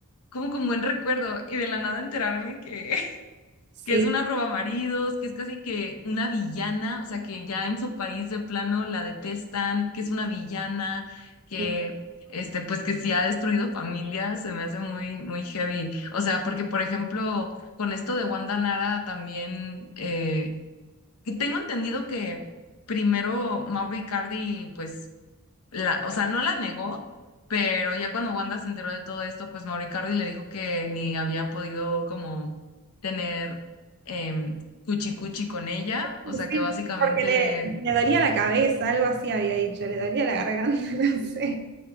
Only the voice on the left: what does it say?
como con buen recuerdo y de la nada enterarme que
que es una robamaridos, que es casi que una villana, o sea, que ya en su país de plano la detestan, que es una villana, que
este, pues que si ha destruido familias, se me hace muy, muy heavy. O sea, porque por ejemplo, con esto de Wanda Nara también, eh, que tengo entendido que primero Mauro Icardi, pues la, o sea, no la negó, pero ya cuando Wanda se enteró de todo esto, pues Mauri Cardi le dijo que ni había podido como tener em, cuchi cuchi con ella, o
sea,
que básicamente